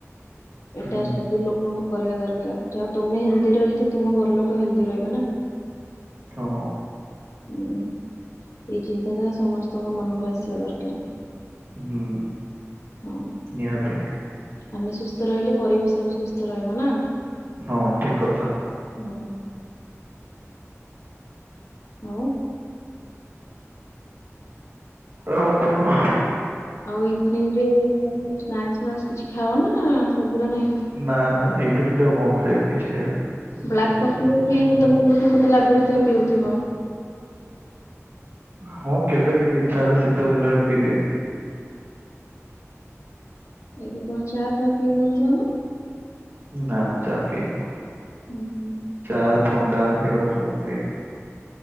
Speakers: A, on the left; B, on the right.
A: ଏଇଟା
B: ହୁଁ
A: ସବୁ ଲୋକଙ୍କୁ କରିବା ଦରକାର ଯାହା ତୁମେ ହେଲଦି ରହିଲ ତୁମ ଘର ଲୋକ ହେଲ୍ଦି ରହିବେ ନା।
B: ଓ।
A: ହୁଁ, ଏଇ ଚିନ୍ତାଧାରା ସମସ୍ତଙ୍କ ମନକୁ ଆସିବା ଦରକାର।
B: ହୁଁ,
A: ହଁ
B: ନିହାତି।
A: ଆମେ ସୁସ୍ଥ ରହିଲେ ପରିବେଶ ବି ସୁସ୍ଥ ରହିବ ନା,
B: ହଁ ଠିକ କଥା।
A: ହୁଁ। ଆଉ?
B: ଆଉ କଣ?
A: ଆଉ ଇଭନିଙ୍ଗ ରେ ସ୍ନାକ୍ସ ଫ୍ନାକ୍ସ କିଛି ଖାଅ ନା ସେଗୁଡା ନାହିଁ
B: ନା ନା ଇଭିନିଂରେ ଆଉ କଣ ଖାଇବି, କିଛି ଖାଇବିନି।
A: ବ୍ଲାକ୍ କଫି ପଫି ତମକୁ ବୋଧେ ମତେ ଲାଗୁଛି ତମେ ପିଉଥିବ।
B: ହଁ କେବେ କେବେ ଇଚ୍ଛା ହେଲା ଶୀତ ଦିନରେ ପିଦିଏ।
A: ଏ ତମେ ଚା ଫା ପିଉନଥିବ ନା?
B: ନା ନା ଚା ପାଏନି ମୁଁ।
A: ହୁଁ ହୁଁ।
B: ଚା ଥଣ୍ଡା ଏଗୁଡ଼ା ସବୁ ପିଏନି।